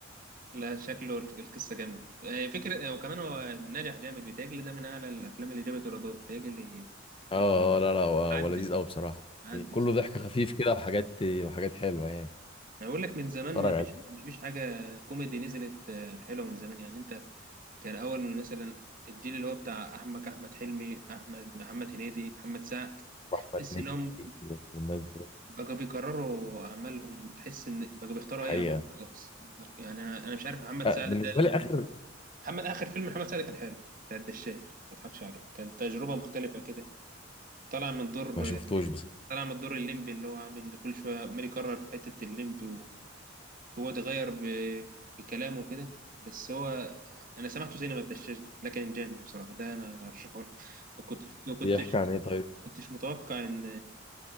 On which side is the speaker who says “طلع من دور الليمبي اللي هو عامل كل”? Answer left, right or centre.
Right